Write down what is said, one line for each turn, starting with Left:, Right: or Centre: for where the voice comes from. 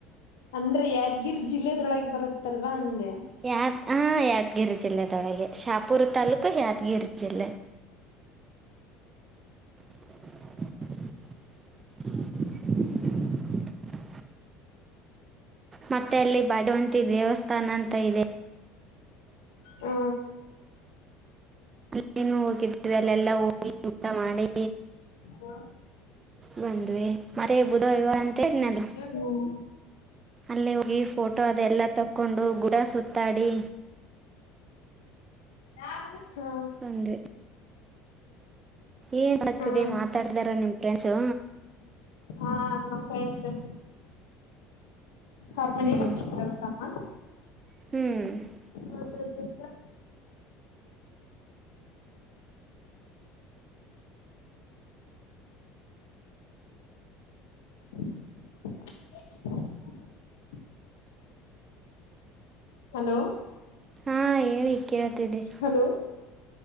Left: ಅಂದ್ರೆ ಯಾದಗಿರ್ ಜಿಲ್ಲೆದೊಳಗೆ ಬರುತ್ತಲ್ವಾ ಅಂದೆ.
Right: ಯಾದ ಹ ಯಾದಗಿರಿ ಜಿಲ್ಲೆದೊಳಗೆ ಶಾಪೂರು ತಾಲೂಕು ಯಾದಗಿರಿ ಜಿಲ್ಲೆ. <unintelligible> ಮತ್ತೆ ಅಲ್ಲಿ ಭಾಗ್ಯವಂತಿ ದೇವಸ್ಥಾನ ಅಂತ ಇದೆ.
Left: ಹ್ಮ
Right: ಅಲ್ಲೇನು ಹೋಗಿದ್ವಿ ಅಲ್ಲೆಲ್ಲಾ ಹೋಗಿ ಊಟ ಮಾಡಿ.
Left: ಹಾ
Right: ಬಂದ್ವೀ ಮರಿಯದಲ್ವ ಇವ ಅಂತ ಹೇಳಿದ್ನೆಲ್ಲ.
Left: ಹ್ಮ್
Right: ಅಲ್ಲೆ ಹೋಗಿ ಫೋಟೋ ಅದೆಲ್ಲ ತಕ್ಕೊಂಡು ಗುಡ ಸುತ್ತಾಡಿ.
Left: ಯಾರದು ಹ
Right: ಬಂದ್ವಿ ಏನ್ ಆಗ್ತಿದೆ
Left: ಹ್ಮ್
Right: ಮಾತಾಡ್ತಿದಾರ ನಿಮ್ ಫ್ರೆಂಡ್ಸು.
Left: ಹಾ ಮಾತಾಡದ್ರೂ ಅವರು ಮನೇಲಿ
Right: ಹ್ಮ್
Left: ಚಿಕ್ಕವನ್ ತಮ್ಮ
Right: ಹ್ಮ್
Left: ಮಾತಾಡುತ್ತಾ ಇದ <unintelligible> ಹಲೋ
Right: ಹಾ ಹೇಳಿ ಕೇಳುತಿದೆ.
Left: ಹಲೋ